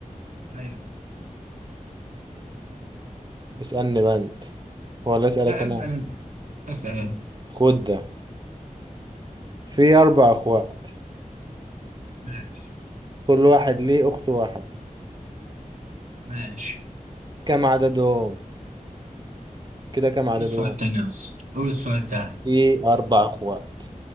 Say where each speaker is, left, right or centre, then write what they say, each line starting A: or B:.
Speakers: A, on the right; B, on the right.
A: ايوه
B: اسألني بقى انت ولا اسألك
A: لا
B: انا
A: اسأل انت. اسأل انت.
B: خد ده في أربع أخوات
A: ماشي
B: كل واحد ليه أخت واحد
A: ماشي
B: كم عددهم؟ كده كم عددهم؟
A: قول السؤال تاني يا اسطى قول السؤال تاني
B: في أربع أخوات